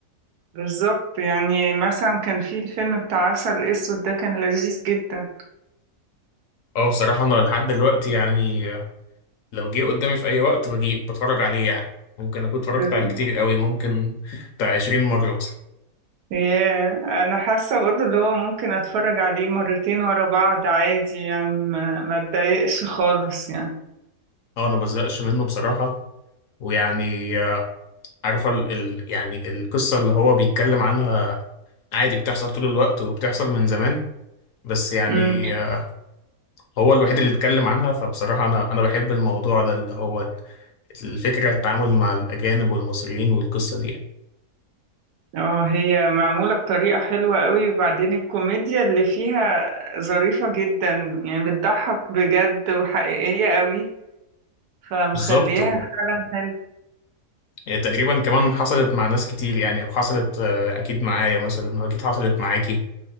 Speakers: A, on the right (about 85°); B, on the left (about 65°).
A: بالظبط يعني مثلا كان في الفيلم بتاع عسل اسود ده كان لذيذ جدا
B: أه بصراحة أنا لحد دلوقتي يعني آه، لو جه قدامي في أي وقت بجي بتفرج عليه يعني ممكن أكون اتفرجت
A: بس-
B: عليه كتير قوي ممكن بتاع 20 مرة مثلا
A: ياه انا حاسه برضه اللي هو ممكن اتفرج عليه مرتين ورا بعض عادي يعني ما ما اتضايقش خالص يعني
B: أه أنا مبزهقش منه بصراحة ويعني آه، عارفة ال... ال... يعني القصة اللي هو بيتكلم عنها عادي بتحصل طول الوقت وبتحصل من زمان بس يعني
A: امم
B: آه، هو الوحيد اللي اتكلم عنها فبصراحة أنا أنا بحب الموضوع ده اللي هو الفكرة التعامل مع الأجانب والمصريين والقصة دي يعني.
A: اه هي معموله بطريقه حلوه قوي وبعدين الكوميديا اللي فيها ظريفه جدا يعني بتضحك بجد وحقيقيه قوي فمخليها
B: بالظبط و-
A: فعلا
B: يعني تقريبا كمان حصلت مع ناس كتير يعني أو حصلت آه، أكيد معايا مثلا وأكيد حصلت معاكي